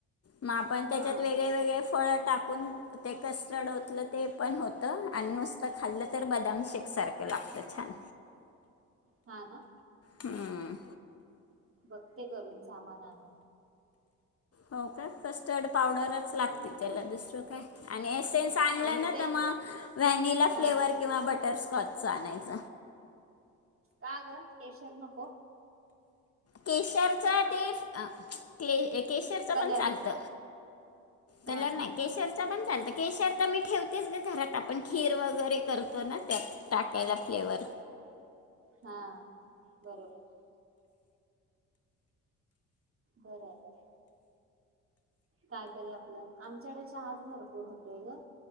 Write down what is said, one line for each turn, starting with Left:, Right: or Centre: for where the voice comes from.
Left: मग आपण त्याच्यात
Right: हा
Left: वेगळे-वेेगळे
Right: बरोबर
Left: फळ टाकून ते कस्टर्ड ओतलं ते पण होतं आणि नुसतं खाल्लं तर बदाम शेकसारखं लागतं छान.
Right: हा ना
Left: ह्ं
Right: बघ ते करून सामान आण
Left: हो का कस्टर्ड पावडरच लागते. त्याला दुसर काय आणि एसेन्स आणलं
Right: आणि
Left: ना
Right: ते
Left: तर मग व्हॅनिला
Right: हा
Left: फ्लेवर किंवा बटरस्कॉच. चा आनायच.
Right: का गं केशर नको.
Left: केशर ते केशरच
Right: कलर
Left: पण चालत
Right: हा
Left: नाही
Right: हा
Left: केशरच पण चालत केशर तर मी ठेवतेच ग घरात आपण खीर वगैरे करतो ना. टाकायला फ्लेवर
Right: हा बरोबर बर बर कायतरी आपलं आमच्याकडे चहाच भरपूर होतोय ग